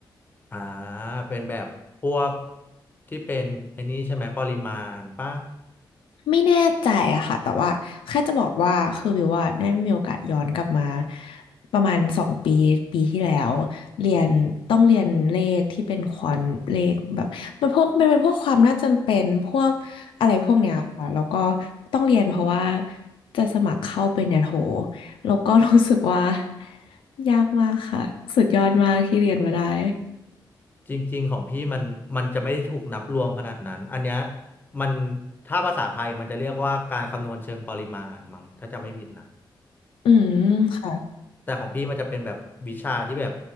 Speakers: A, on the left; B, on the left.
A: อ่าเป็นแบบพวกที่เป็นไอ้นี่ใช่ไหมปริมาณป่ะ
B: ไม่แน่ใจอะค่ะแต่ว่าแค่จะบอกว่าคือวิวว่าได้มีโอกาสย้อนกลับมาประมาณสองปีปีที่แล้วเรียนต้องเรียนเลขที่เป็นควอนเลขแบบมันพวกมันเป็นพวกความน่าจำเป็นพวกอะไรพวกเนี้ยค่ะแล้วก็ต้องเรียนเพราะว่าจะสมัครเข้าเป็นเนี่ยโหแล้วก็รู้สึกว่ายากมากค่ะสุดยอดมากที่เรียนมาได้
A: จริงๆของพี่มันมันจะไม่ได้ถูกนับรวมขนาดนั้นอันเนี้ยมันถ้าภาษาไทยมันจะเรียกว่าการคำนวณเชิงปริมาณมั้งถ้าจำไม่ผิดนะ
B: อืมค่ะ
A: แต่ของพี่มันจะเป็นแบบวิชาที่แบบ